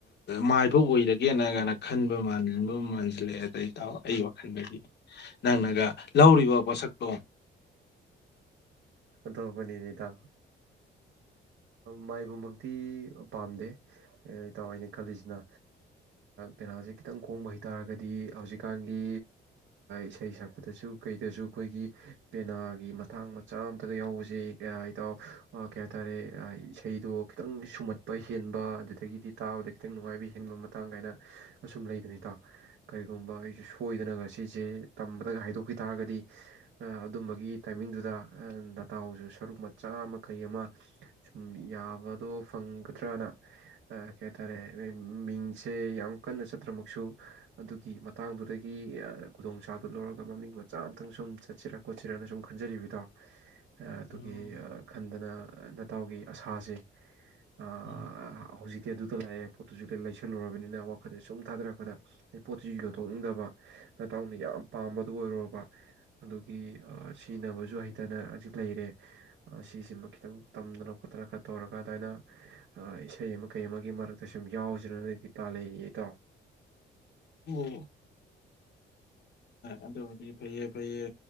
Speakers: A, on the left (about 60°); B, on the right (about 70°).
A: ꯃꯥꯏꯕ ꯑꯣꯏꯔꯒꯦꯅ ꯀꯥꯏꯅ ꯈꯟꯕ ꯃꯥꯟꯕ ꯃꯥꯟꯁꯤꯜꯂꯛꯑꯦ ꯑꯗꯩ ꯇ ꯑꯩ ꯋꯥꯈꯜꯗꯗꯤ ꯅꯪꯅꯒ ꯂꯧꯔꯤꯕ ꯄꯣꯠꯁꯛꯇꯣ
B: ꯊꯕꯨꯅꯤ ꯂꯤꯗ ꯃꯥꯏꯕꯃꯛꯇꯤ ꯄꯥꯝꯗꯦ ꯑꯦ ꯏꯇꯥꯎꯏꯅꯦ ꯈꯜꯂꯤꯁꯤꯅ ꯄꯦꯅꯥꯁꯦ ꯈꯤꯇꯪ ꯈꯣꯡꯕ ꯍꯩꯇꯥꯥꯔꯒꯗꯤ ꯍꯧꯖꯤꯛꯀꯥꯟꯒꯤ ꯏꯁꯩ ꯁꯛꯄꯗꯁꯨ ꯀꯩꯗꯁꯨ ꯑꯩꯈꯣꯏꯒꯤ ꯄꯦꯅꯥ ꯑꯩꯒꯤ ꯃꯇꯊꯥꯡ ꯃꯆꯥ ꯑꯃꯝꯇꯒ ꯌꯥꯎꯕꯁꯦ ꯏꯇꯥꯎ ꯀꯩ ꯍꯥꯏꯇꯥꯔꯦ ꯏꯁꯩꯗꯣ ꯈꯤꯇꯪ ꯁꯨꯝꯍꯠ ꯄ ꯍꯦꯟꯕ ꯑꯗꯨꯗꯒꯤꯗꯤ ꯇꯥꯕꯗ ꯈꯤꯇꯪ ꯅꯨꯡꯉꯥꯏꯕ ꯍꯦꯟꯕ ꯃꯇꯥꯡ ꯀꯥꯏꯅ ꯑꯁꯨꯝ ꯂꯩꯗꯅꯤꯇꯥꯎ ꯀꯔꯤꯒꯨꯝꯕ ꯑꯩꯁꯨ ꯁꯣꯏꯗꯅ ꯉ ꯁꯤꯁꯦ ꯇꯝꯕꯗꯒ ꯍꯥꯏꯗꯣꯛꯈꯤ ꯇꯥꯔꯒꯗꯤ ꯑꯗꯨꯝꯕꯒꯤ ꯇꯥꯏꯃꯤꯡꯗꯨꯗ ꯗꯇꯥꯁꯨ ꯁꯔꯨꯛ ꯃꯆꯥ ꯃꯈꯩ ꯑꯃ ꯁꯨꯝ ꯌꯥꯕꯗꯣ ꯐꯪꯒꯗ꯭ꯔꯅ ꯀꯩ ꯍꯥꯏꯇꯥꯔꯦ ꯃꯤꯡꯁꯦ ꯌꯥꯝ ꯀꯟꯅ ꯆꯠꯇ꯭ꯔꯃꯛꯁꯨ ꯑꯗꯨꯒꯤ ꯃꯇꯥꯡꯗꯨꯗꯒꯤ ꯈꯨꯗꯣꯡꯆꯥꯥꯗꯨ ꯂꯧꯔꯒ ꯃꯃꯤꯡ ꯃꯆꯥ ꯑꯃꯇꯪ ꯁꯨꯝ ꯆꯠꯁꯤꯔ ꯈꯣꯠꯁꯤꯔꯅ ꯁꯨꯝ ꯈ ꯈꯟꯖꯔꯤꯕꯗꯣ ꯑꯗꯨꯒꯤ
A: ꯎꯝ
B: ꯈꯟꯗꯅ ꯅꯇꯎꯒꯤ ꯑꯁꯥꯁꯦ ꯑ
A: ꯎꯝ
B: ꯍꯧꯖꯤꯛꯇꯛꯤ ꯑꯗꯨꯗ ꯂꯥꯛꯑꯦ ꯄꯣꯠꯇꯨꯁꯨ ꯂꯩꯁꯜꯂꯨꯔꯕꯅꯤꯅ ꯋꯥꯈꯜꯁꯦ ꯁꯨꯝ ꯊꯥꯗꯔꯛꯄꯗ ꯑꯩ ꯄꯣꯠꯁꯤꯁꯨ ꯌꯣꯟꯊꯣꯛꯅꯤꯡꯗꯕ ꯅꯇꯥꯎꯅ ꯌꯥꯝ ꯄꯥꯝꯕꯗꯨ ꯑꯣꯏꯔꯨꯔꯕ ꯑꯗꯨꯒꯤ ꯑ ꯁꯤꯖꯤꯟꯅꯕꯁꯨ ꯍꯩꯇꯅ ꯍꯖꯤꯛ ꯂꯩꯔꯦ꯫ ꯁꯤꯁꯤꯃ ꯈꯤꯇꯪ ꯇꯝꯗꯅ ꯈꯣꯠꯇꯅ ꯈꯔ ꯇꯧꯔꯒ ꯑꯗꯥꯏꯅ ꯑ ꯏꯁꯩ ꯑꯃ ꯀꯩ ꯑꯃꯒꯤ ꯃꯔꯛꯇ ꯁꯨꯝ ꯌꯥꯎꯖꯤꯔꯅ ꯗꯤꯄꯥ ꯂꯩꯔꯤꯌꯦ ꯏꯇꯥꯎ꯫
A: ꯑꯝ ꯍꯣꯍꯣꯏ ꯑꯗꯨꯗꯤ ꯐꯩꯌꯦ ꯐꯩꯌꯦ